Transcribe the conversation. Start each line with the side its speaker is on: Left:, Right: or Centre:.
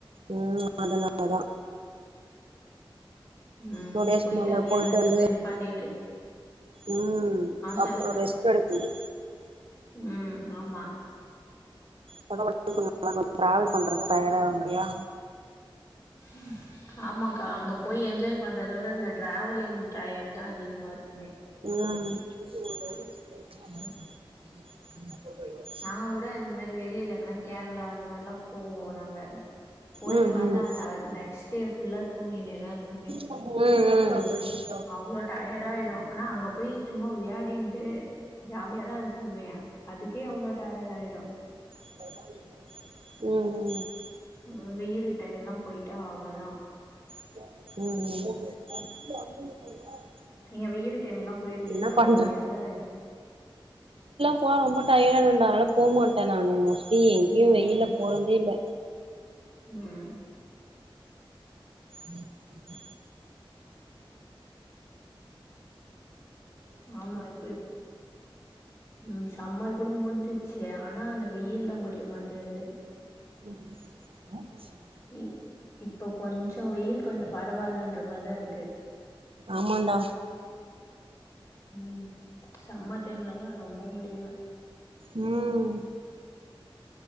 Right: ம் அதனாலதா
Left: ம்
Right: டூ டேஸ்
Left: போயிட்டு
Right: மேல
Left: அங்கயே கொஞ்ச
Right: வந்து
Left: ஸ்பெண்ட் பண்ணீட்டு
Right: ம்
Left: சொல்லுங்க்கா
Right: அப்பறோ ரெஸ்ட் எடுக்கணு
Left: ம் ஆமா
Right: <unintelligible> டிராவல் பண்றது டயடாகு இல்லயா
Left: ம் ஆமாக்கா அங்க போய் என்ஜாய் பண்றதோட இந்த ட்ராவலிங் டயர்ட் தா அதிகமா இருக்குமே
Right: ம்
Left: நாங்க கூட இந்த மாரி வெளில எங்கன்னா கேரளா அந்த மாரிலா போவோ நாங்க போயிட்டு
Right: ம் ம்
Left: வந்தா அ நெக்ஸ்ட்டே ஃபுல்லா தூங்கின்னே தா இருப்போமே
Right: ம் ம்
Left: அவ்வளோ டயர்டாயிடு அனா அங்க போய் சும்மா விளையாடின்ட்டு ஜாலியாதா இருப்போமே அதுக்கே அவ்ளோ டயர்டாயிடு
Right: ம் ம்
Left: ம் வெயில் டைம்லா போயிட்டா அவ்ளோதா
Right: ம்
Left: நீங்க வெயில் டைம்லா போயிருக்கீங்களா
Right: என்ன பண்றது
Left: வெளில அதா
Right: போறப்போ டயர்டா ஆயிருவேன்டா அதனால போ மாட்டே நானு மோஸ்ட்லி எங்கேயு
Left: ம்
Right: வெயில போறன்தே இல்ல
Left: ம்
Right: ஆ அதா
Left: ஆமா இப்போ இ ம் சம்மர் கூட முடிஞ்சிச்சு ஆனா அந்த வெயில்தா முடிய மாட்டேது
Right: <inaudible>
Left: இ இப்ப கொஞ்ச வெயில் கொஞ்ச பரவாயில்லன்ற மாரிதா இருக்கு
Right: ஆமான்டா
Left: ம் சம்மர் டைம்லதா ரொம்ப முடியல
Right: ம்